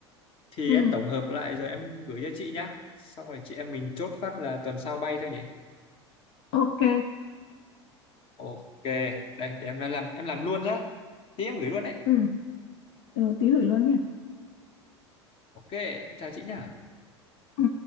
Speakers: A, on the left; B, on the left.
A: Thì
B: ừ
A: em tổng hợp lại rồi em gửi cho chị nhá. Xong rồi chị em mình chốt phát là tuần sau bay thôi nhỉ.
B: ok
A: Ok, đây để em làm em làm luôn nhá. Tí em gửi luôn đấy.
B: ừ ừ tí gửi luôn nhỉ
A: Ok, em chào chị nhá.
B: ừ